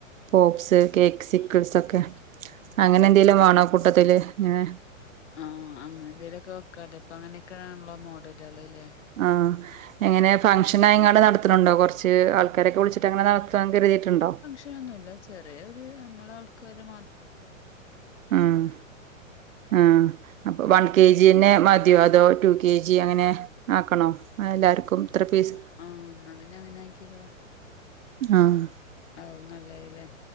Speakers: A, on the right; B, on the left.
A: പോപ്സ്,
B: ആഹ് അത്
A: കേക്ക് സിക്കിൾസൊക്കെ
B: ഉം
A: അങ്ങനെ എന്തെങ്കിലും വാണോ ആ കൂട്ടത്തില് ങ്ങനെ
B: ആഹ് അങ്ങനെ എന്തേലുമൊക്കെ വെക്കാല്ലേ ഇപ്പം അങ്ങനെയൊക്കെയാണല്ലോ മോഡലേള്ല്ലേ
A: ആഹ് എങ്ങനെ ഫങ്ഷനായങ്ങാണ്ട് നടത്ത്ണുണ്ടോ കുറച്ച് ആൾക്കാരെയൊക്കെ വിളിച്ച് ട്ടങ്ങനെ നടത്താൻ കരുതിയിട്ടുണ്ടോ
B: ഫങ്ക്ഷനൊന്നുല്ല ചെറിയൊരു നമ്മളെ ആൾക്കാര് മാത്രം അങ്ങനെ കൂടിയിട്ട് കൊ
A: ആഹ്
B: <inaudible>
A: ആഹ് അപ്പോ വൺ കെ ജി എന്നെ മതിയോ അതോ ടു കെ ജി അങ്ങനെ ആക്കണോ എല്ലാർക്കും
B: ആഹ്
A: ഇത്ര പീസ്
B: ആഹ് ആഹ് എന്നാ പിന്നെ അങ്ങനെ ആക്കിക്കാളാ
A: ആഹ്
B: അതാവും നല്ലയ്ല്ലേ